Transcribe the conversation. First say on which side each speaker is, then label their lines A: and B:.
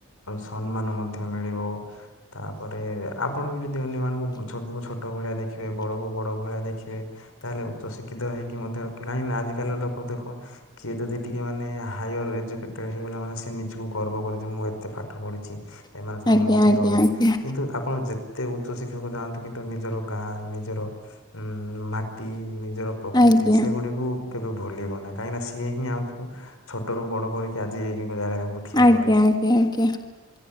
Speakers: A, on the left; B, on the left.
A: ସମ୍ମାନ ମଧ୍ୟ ମିଳିବ। ତାପରେ ଆପଣ ବି ଯଦି ଅନ୍ୟ ମାନଙ୍କୁ ଛୋଟ କ ଛୋଟ ଭଳିଆ ଦେଖିବେ ବଡକୁ ବଡ ଭଳିଆ ଦେଖିବେ ତାହେଲେ ଉଚ୍ଚଶିକ୍ଷିତ ହେଇକି ମଧ୍ୟାହିଁ ଆଜିକାଲି ଲୋକ ଦେଖ କିଏ ଯଦି ଟିକେ ମାନେ ହର ଏଜୁକେଟେଡ ହେଇଗଲା ମାନେ ସେ ନିଜକୁ ଗର୍ବ କଲେ ଯେ ମୁଁ ଏତେ ପାଠ ପଢିଛି। ସେମାନେ ସବୁ
B: ଆଜ୍ଞା
A: ମଠୁ
B: ଆଜ୍ଞା
A: ଦଳେ
B: ଆଜ୍ଞା
A: କିନ୍ତୁ ଆପଣ ଯେ ଏତେ ଉଚ୍ଚ ଶିକ୍ଷଣକୁ ଯାଆନ୍ତୁ କିନ୍ତୁ ନିଜର ଗାଁ ନିଜର ଉଁ ମାଟି ନିଜର ପ୍ରକୃତି
B: ଆଜ୍ଞା।
A: ସେଗୁଡିକୁ କେବେ ଭୁଲିବ ନାଁହି କାହିଁକିନା ସିଏହିଁ ଆମକୁ ଛୋଟରୁ ବଡ଼ କରିକି ଆଜି ଏଜାଗାରେ ଆମକୁ ଠିଆ
B: ଆଜ୍ଞା
A: କରି
B: ଆଜ୍ଞା ଆଜ୍ଞା